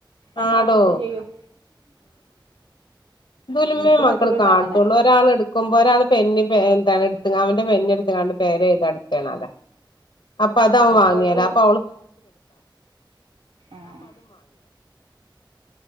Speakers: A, on the right; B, on the left.
A: നമ്മൾ
B: ആടോ
A: അടിക്കും ചെയ്യും.
B: ന്തേലുമ്മേ
A: എനിക്കും
B: മക്കൾ
A: പറ്റലുണ്ട്
B: കാട്ടുള്ളൂ
A: അങ്ങനെ
B: ഒരാൾ എടുക്കുമ്പോ ഒരാൾ പെന്നെ എന്താണ് എടുത്ത് അവന്റെ പെന്നെടുത്തെങ്ങാണ്ട് പേരെഴുതണ്ടിക്കാണ് അവിടെ അപ്പൊ അത് അവൻ വാങ്ങിയാല
A: സ്കൂൾക്ക്
B: അപ്പൊ
A: ആ